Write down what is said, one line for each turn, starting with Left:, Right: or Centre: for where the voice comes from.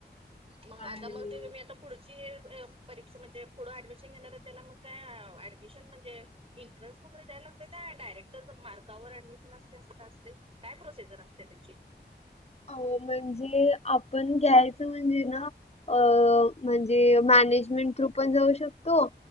Right: मग
Left: आणि
Right: आता मग ते मी आता पुढं ची परीक्षा म्हणजे पुढे ऍडमिशन घेणार त्याला मग काय ऍडमिशन म्हणजे एंट्रन्स वगैरे द्याय लागते काय डायरेक्ट जर मार्कावर ऍडमिशन असते असं का असते काय प्रोसिजर असते त्याची
Left: अ म्हणजे आपण घ्यायचं म्हणजे ना अ म्हणजे मॅनेजमेंट थ्रू पण जाऊ शकतो